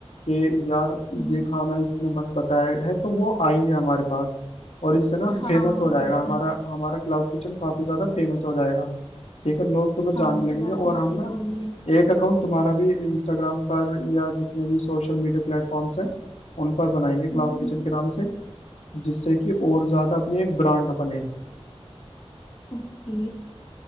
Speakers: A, on the left (about 80°); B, on the left (about 50°).
A: कि यार
B: हम्म,
A: ये खाना इसने बत- बताया है तो वो आएंगे हमारे पास और इससे ना
B: हाँ
A: फेमस हो जाएगा
B: बिल्कुल
A: हमारा हमारा क्लाउड किचन काफी ज्यादा फेमस हो जाएगा ठीक है लोग तुम्हें जानने
B: हाँ ये तो
A: लगेंगे
B: बात
A: और
B: तुमने
A: हम
B: सही
A: ना
B: बोली है
A: एक अकाउंट तुम्हारा भी इंस्टाग्राम पर या जितने भी सोशल मीडिया प्लेटफॉर्म्स हैं उन पर बनाएंगे क्लाउड
B: हम्म, हम्म,
A: किचन के नाम से जिससे कि और ज्यादा अपनी एक ब्रांड बने
B: ओके